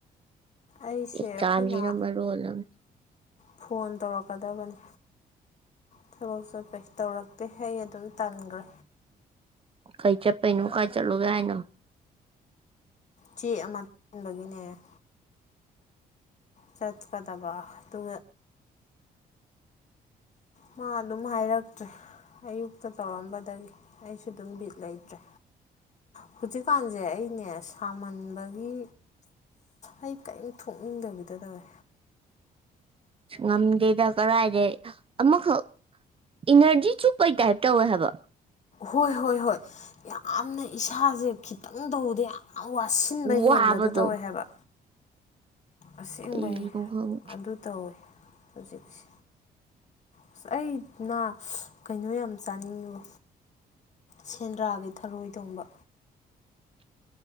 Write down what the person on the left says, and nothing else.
ꯑꯩꯁꯦ
ꯑꯩꯈꯣꯏ
ꯅꯍꯥ
ꯐꯣꯟ ꯇꯧꯔꯛꯀꯗꯕꯅꯤ ꯊꯕꯛ ꯆꯠꯄꯩ ꯇꯧꯔꯛꯇꯦ ꯑꯩ ꯑꯗꯨꯝ ꯇꯟꯈ꯭ꯔꯦ
ꯆꯦ ꯑꯃ ꯇꯕꯒꯤꯅꯦ ꯆꯠꯀꯗꯕ ꯇꯨ ꯃꯥ ꯑꯗꯨꯝ ꯍꯥꯏꯔꯛꯇ꯭ꯔꯦ ꯑꯌꯨꯛꯇ ꯇꯧꯔꯝꯕꯗꯒꯤ ꯑꯩꯁꯨ ꯑꯗꯨꯝ ꯕꯤ ꯂꯩꯇ꯭ꯔꯦ ꯍꯧꯖꯤꯛ ꯗꯨꯄꯥꯟꯁꯦ ꯑꯩꯅꯦ ꯁꯥꯃꯟꯕꯒꯤ ꯑꯩ ꯀꯔꯤꯝ ꯊꯣꯛꯅꯤꯡꯗꯕꯤꯗ ꯇꯧꯋꯦ
ꯍꯣꯏ ꯍꯣꯏ ꯍꯣꯏ ꯌꯥꯝꯅ ꯏꯁꯥꯁꯦ ꯈꯤꯇꯪ ꯇꯧꯕꯗ ꯌꯥꯝ ꯋꯥꯁꯤꯟꯕ
ꯍꯦꯟꯕꯗꯨ ꯇꯧꯋꯦ ꯍꯥꯏꯕ ꯑꯁꯦꯡꯕꯩ
ꯑꯗꯨ ꯇꯧꯏꯤ ꯍꯧꯖꯤꯛꯁ ꯑꯁ ꯑꯩꯅ ꯀꯩꯅꯣ ꯌꯥꯝ ꯆꯥꯅꯤꯡꯉꯨ ꯁꯦꯟꯗ꯭ꯔꯥꯒꯤ ꯊꯔꯣꯏ ꯊꯣꯡꯕ